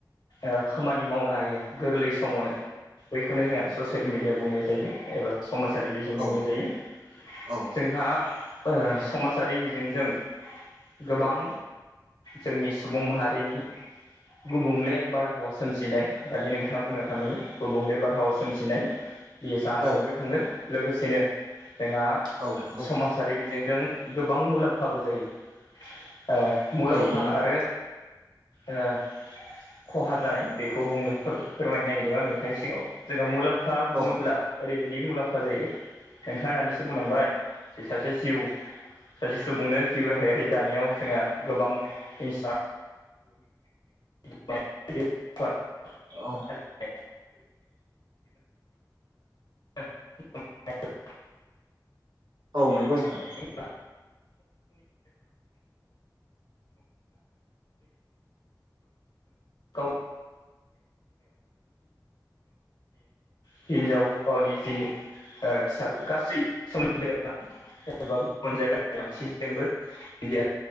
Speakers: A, on the left; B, on the right.
A: ओ खामानि मावनो हायो गोरलै समावनो। बैखौनो जोंहा ससेल मिडिया बुंनाय जायो एबा समाजारि बिजों बुंनाय
B: औ
A: जायो।
B: औ
A: जोंहा ओ समासारि बिजोंजों गोबां जोंनि सुबुं माहारिनि गुबुंले बारहावा सोमजिनाय दानि नोंथाङा बुंना थांदोंमोन। गुबुंले बारहाव सोमजिनाय बियो जानानैबो
B: औ
A: थाङो। लोगोसेनो जोंहा
B: औ नंगौ
A: समाजारि बिजोंजों गोबां मुलाम्फाबो जायो। ओ मुलाम्फा
B: औ नंगौ नोंथां
A: आरो ओ खहा जानाय बेखौ बुंनो फो फोरमायनो नागिरदों आङो <unintelligible> सिगाङाव जोंहा मुलाम्फा बुङोब्ला
B: औ
A: ओरैबायदि मुलाम्फा जायो नोंथाङा दानिसो बुंलांबाय जे सासे जिउ सासे सुबुंनो जिउ राहायारि जानायाव जोंहा गोबां इन्सा <unintelligible>
B: औ।
A: <inaudible> <inaudible>
B: औ नोंगौ नोंथां।
A: <unintelligible> औ हिनजाव गावनि जि फिसाला गासै <unintelligible> जेनबा गुबुन जायगानि मानसिजोंबो बियो